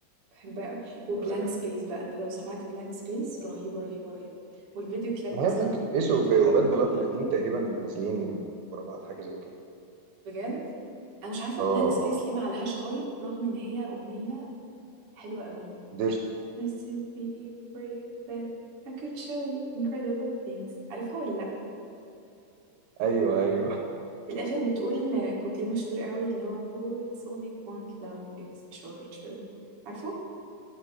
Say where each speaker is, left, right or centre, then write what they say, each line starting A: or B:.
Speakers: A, on the right; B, on the right.
A: بحبها قوي وبلانك
B: أغنية
A: سبيس بقى انت لو سمعت بلانك سبيس رهيبة رهيبة رهيبة والفيديو كليب
B: ما
A: اصلا
B: هي بلانك سبيس
A: برضو
B: وباد
A: حلو قوي
B: بلاد الاتنين تقريبا نازلين ورا بعض حاجة زي كده
A: بجد انا مش عارفة
B: اه
A: بلانك سبيس
B: اه
A: ليه ما عليهاش هايب رغم ان هي اغنية حلوة قوي
B: قدرت
A: nice to meet you were you then I could show you incredible things عارفها ولا لا
B: ايوه ايوه
A: في الآخر بتقول كوبليه مشهور قوي اللي هو boys only want love is torture عارفه